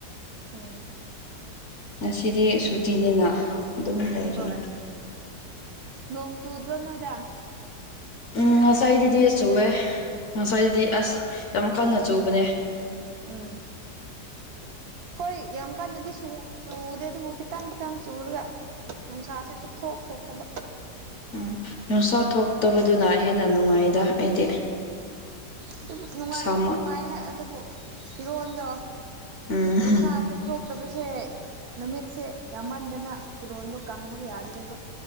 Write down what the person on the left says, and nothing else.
ꯉꯁꯤꯗꯤ ꯁꯨꯇꯤꯅꯤꯅꯥ ꯑꯗꯨꯝ ꯂꯩꯔꯦ
ꯎꯝ ꯉꯁꯥꯏꯗꯥꯗꯤ ꯆꯨꯑꯦ ꯉꯁꯥꯏꯗꯥꯗꯤ ꯑꯁ ꯌꯥꯝ ꯀꯟꯅ ꯆꯨꯕꯥꯅꯦ
ꯎꯝ ꯅꯨꯡꯁꯥ ꯊꯣꯛꯇꯥꯕꯗꯨꯅ ꯍꯦꯟꯅ ꯅꯨꯡꯉꯥꯏꯗꯥ ꯑꯩꯗꯤ
ꯁꯥꯃ
ꯎꯝ